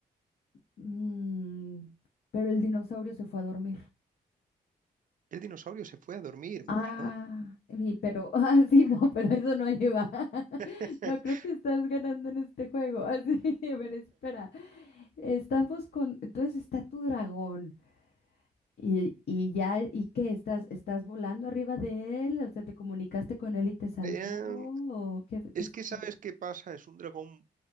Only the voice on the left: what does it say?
Mm, pero el dinosaurio se fue a dormir.
Ah, sí pero, <laughs> ah, sí, no, pero eso no lleva. <laughs>
No creo que estás ganando en este juego. Así, <laughs> a ver, espera. Estamos con, entonces está tu dragón y, y ya, ¿y qué? ¿Estás, estás volando arriba de él? O sea, ¿te comunicaste con él y te salvó?
¿O qué, qué
sucedió?